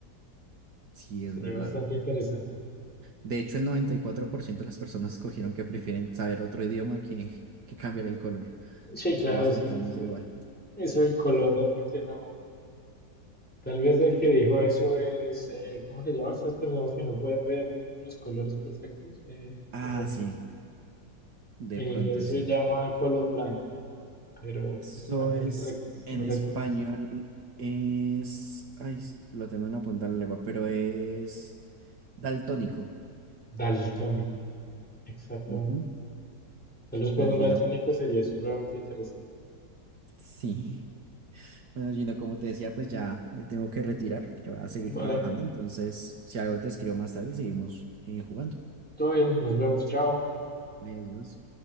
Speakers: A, on the right; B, in the centre.
A: Sí,
B: Sería
A: es verdad.
B: bastante interesante.
A: De hecho, el 94% de las personas escogieron que prefieren saber otro idioma que, que cambiar el color,
B: Sí,
A: que
B: claro,
A: todos
B: es
A: pensamos
B: que eso,
A: igual.
B: eso el color realmente no. Tal vez el que dijo eso es, eh, ¿cómo se llama? Estas personas que no pueden ver los colores perfectos. eh,
A: Ah,
B: o
A: sí, de
B: en
A: pronto
B: inglés se
A: sí.
B: llama colorblind, pero en
A: Eso
B: español
A: es
B: rec-
A: en
B: no recuerdo.
A: español, es... Ay, lo tengo en la punta de la lengua, pero es daltónico.
B: Daltónico, exactamente.
A: Ujú.
B: Tal vez para
A: Bueno,
B: un
A: Gino,
B: daltónico sería supremamente interesante.
A: sí. Bueno, Gino, como te decía, pues ya me tengo que retirar, que voy a seguir
B: Vale,
A: trabajando. Entonces, si algo te escribo más tarde, seguimos eh, jugando.
B: todo bien, nos vemos, chao.
A: Vale, adiós.